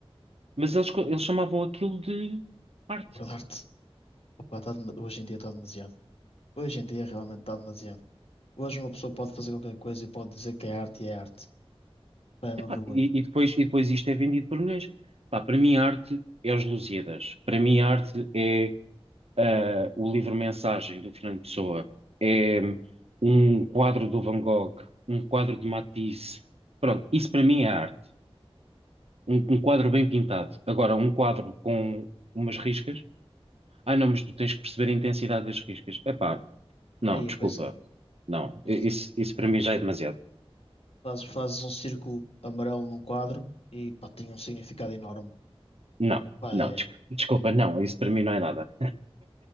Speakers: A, on the right; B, on the left.
A: mas eles, co- eles chamavam aquilo de arte.
B: Obra de arte. Opa, tá dem- hoje em dia está demasiado. Hoje em dia realmente está demasiado. Hoje uma pessoa pode fazer qualquer coisa e pode dizer que é arte e é arte. Pá, É uma
A: Epá,
B: vergonha.
A: e, e depois, e depois isto é vendido por milhões. Pá, para mim, a arte é os Lusíadas. Para mim, a arte é Ah, o livro-mensagem do Fernando Pessoa é um quadro do Van Gogh, um quadro de Matisse. Pronto, isso para mim é arte. Um, um quadro bem pintado. Agora, um quadro com umas riscas. Ah, não, mas tu tens que perceber a intensidade das riscas. Epá, não,
B: Aí,
A: desculpa.
B: pois é.
A: Não,
B: Exato.
A: i- isso, isso para mim já é demasiado.
B: Fazes, fazes um círculo amarelo num quadro e pá, tem um significado enorme.
A: Não,
B: Pá,
A: não,
B: é-
A: des- desculpa, não, isso para mim não é nada.